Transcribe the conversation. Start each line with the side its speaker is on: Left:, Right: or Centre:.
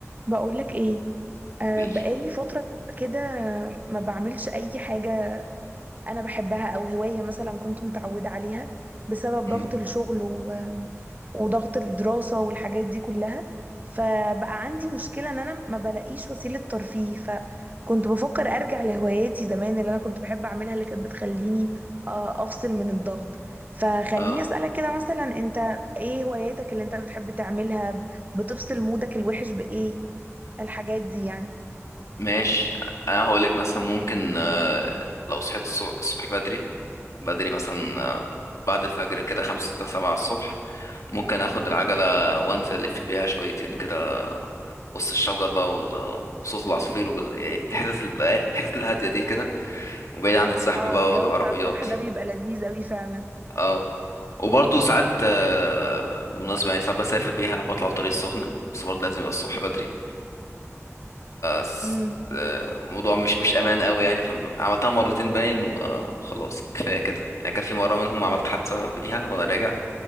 Right: بقولك ايه آه
Left: بالليل
Right: بقالي فترة كده ما بعملش اي حاجة انا بحبها او هواية مثلا كنت متعودة عليها بسبب
Left: مم.
Right: ضغط الشغل و... وضغط الدراسة والحاجات دي كلها فبقى عندي مشكلة ان انا ما بلاقيش وسيلة ترفيه فكنت بفكر ارجع لهواياتي زمان اللي انا كنت بحب اعملها اللي كانت بتخليني آه افصل من الضغط فخليني
Left: اه
Right: اسألك كده مثلا انت ايه هواياتك اللي انت بتحب تعملها بتفصل مودك الوحش بايه الحاجات دي يعني
Left: ماشي انا هقولك مثلا ممكن آه، لو صحيت الص- الصبح بدري بدري مثلا آه، بعد الفجر كده خمسة ستة سبعة الصبح ممكن اخد العجلة وانزل الف بيها شويتين كده وسط الشجر بقى وال- وصوت العصافير والحتت الحتت الهادية دي كده وبعيد عن الزحمة
Right: اه
Left: بقى
Right: الجو
Left: والعربيات
Right: بتاع الصبح ده بيبقى لذيذ قوي فعلا
Left: اه وبرضه ساعات آه، بالمناسبة يعني ساعات بسافر بيها بطلع على الطريق السخنة بس برضه لازم يبقى الصبح بدري ف
Right: امم
Left: الموضوع مش مش امان قوي يعني فعملتها مرتين باين و- وخلاص كفايه كده يعني كان في مره منهم عملت حادثه بيها وانا راجع